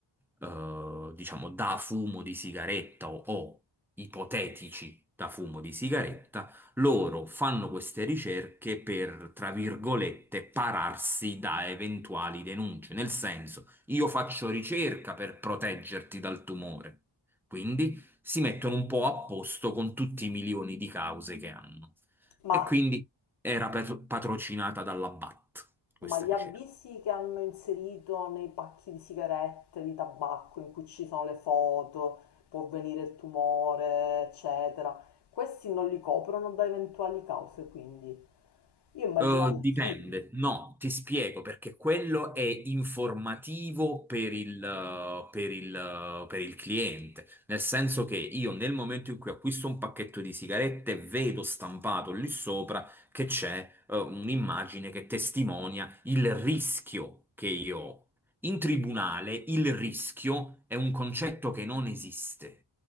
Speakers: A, in the centre; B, on the left.
A: eh, diciamo da fumo di sigaretta o, o ipotetici da fumo di sigaretta, loro fanno queste ricerche per, tra virgolette, pararsi da eventuali denunce. Nel senso, io faccio ricerca per proteggerti dal tumore. Quindi si mettono un po' a posto con tutti i milioni di cause che hanno.
B: Ma
A: E quindi era per- patrocinata dalla BAT, questa
B: Ma gli
A: ricerca.
B: avvisi che hanno inserito nei pacchi di sigarette, di tabacco, in cui ci sono le foto, può venire il tumore, eccetera, questi non li coprono da eventuali cause, quindi io immaginavo
A: Eh, dipende,
B: di sì.
A: no, ti spiego perché quello è informativo per il, eh, per il, eh, per il cliente, nel senso che io nel momento in cui acquisto un pacchetto di sigarette vedo stampato lì sopra che c'è eh, un'immagine che testimonia il rischio che io ho. In tribunale il rischio è un concetto che non esiste.